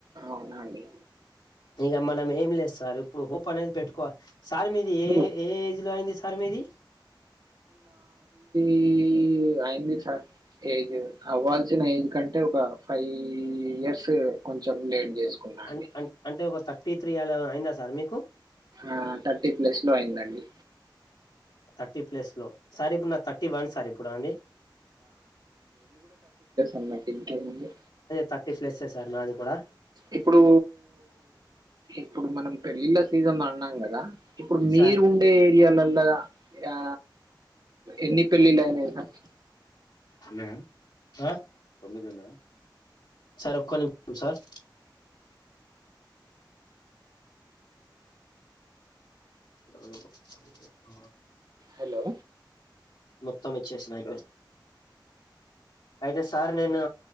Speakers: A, on the right; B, on the left.
A: అవునా అండి
B: ఇగా మనం ఏం లేదు సార్ ఇప్పుడు హోప్ అనేది పెట్టుకోవాలి సార్ మీది
A: ఇప్పుడు
B: ఏ ఏ ఏజ్ లో అయింది సార్ మీది
A: ఈ అయింది సార్ ఏజ్ అవ్వాల్సిన ఏజ్ కంటే ఒక ఫైవ్ ఇయర్స్ కొంచెం లేట్ చేసుకున్నా అండి
B: అ అ అంటే ఒక థర్టీ త్రీ అలా అయిందా సార్ మీకు
A: ఆ థర్టీ ప్లస్ లో అయిందండి
B: థర్టీ ప్లస్ లో సార్ ఇప్పుడు న్నకు తర్టీ వన్ సార్ ఇప్పుడు అండీ
A: అన్న ఇంకా ఏముంది
B: థర్టీ ప్లస్సే సార్ నాది కూడా
A: ఇప్పుడు ఇప్పుడు మనం పెళ్ళిళ్ళ సీజన్ అన్నాం కదా ఇప్పుడు మీరు
B: సార్
A: ఉండే ఏరియాలల్ల ఆ ఎన్ని పెళ్ళిలయినాయి సార్
B: అ ఆ తొమ్మిది ఉన్నాయా సార్ ఒక్క నిమిషం సార్ మ
A: హలో
B: మొత్తం వచ్చేసీనయి అయితే సార్ నేను